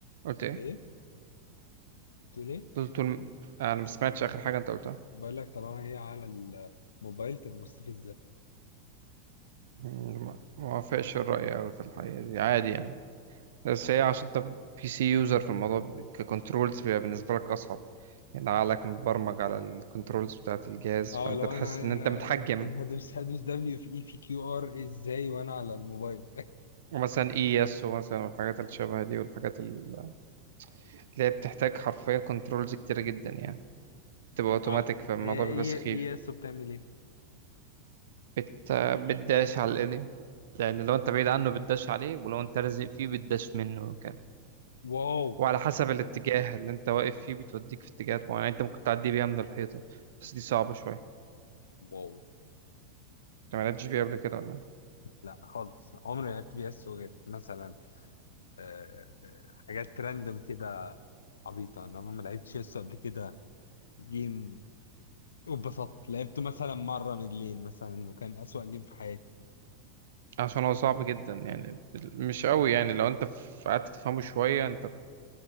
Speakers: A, on the right; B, on the left.
A: قلت ايه
B: ايه؟ تقول ايه؟
A: طول طول م- انا ما سمعتش اخر حاجه انت قلتها
B: بقول لك طالما هي على الموبايل تبقى مستفزة
A: مم، ما ما وافقش الراي قوي في الحقيقه دي عادي يعني بس هي عشان انت بي سي يوزر في الموضوع ب- ككنترولز بيبقى بالنسبه لك اصعب يعني عقلك متبرمج على الكنترولز بتاعه الجهاز
B: اه
A: فانت
B: لو
A: تحس
B: انا
A: ان انت
B: انا
A: متحكم
B: انا هدوس هدوس دبليو في اي في كيو ار ازاي وانا على الموبايل
A: ومثلا اي اس ومثلا والحاجات اللي شبه دي والحاجات ال- اللي هي بتحتاج حرفيا كنترولز كتيره جدا يعني
B: <laughs>
A: تبقى اوتوماتيك
B: عم
A: فالموضوع
B: هي
A: بيبقى
B: هي
A: سخيف
B: اي اس بتعمل ايه؟
A: بت... بتداش على الانمي لان لو انت بعيد عنه بتداش عليه ولو انت لازق فيه بتداش منه كمان
B: واو
A: وعلى حسب الاتجاه اللي انت واقف فيه بتوديك في اتجاهات معينه يعني انت ممكن تعدي بيها من الحيطه بس دي صعبه شويه
B: واو
A: انت ما لعبتش بيها قبل كده ولا إيه؟
B: لا خالص لا عمري ما لعبت بي اس غير مثلا آه، آه، حاجات راندوم كده عبيطة انا ما لعبتش اس قبل كده جيم وبسطت لعبته مثلا مرة من لين مثلا وكان أسوأ جيم في حياتي
A: عشان هو صعب جدا يعني بال- مش قوي يعني لو انت ف- قعدت تفهمه شويه انت